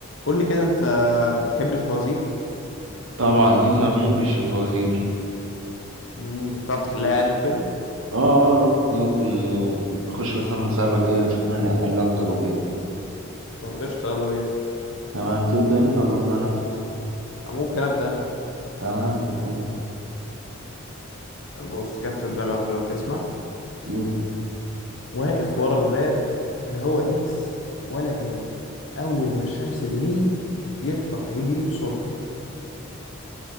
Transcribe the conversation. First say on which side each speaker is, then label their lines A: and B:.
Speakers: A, on the left; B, on the right.
A: قول لي كده انت بتحب الفوازير
B: طبعا مين ما بيحبش الفوازير
A: امم بتعرف تحلها يعني وكده
B: اه اه ممكن آه، نخش مثلا مسابقة كده نشوف مين هيحل أكتر وكده
A: طب قشطة يلا بينا
B: تمام تبدأ أنت ولا أبدأ أنا؟
A: ممكن ابدا
B: تمام ابدأ
A: انا بص جت في دماغي واحدة دلوقتي اسمع
B: مم.
A: واقف ورا الباب لا هو انس ولا جن اول ما الشمس تغيب يطلع يجري بسرعة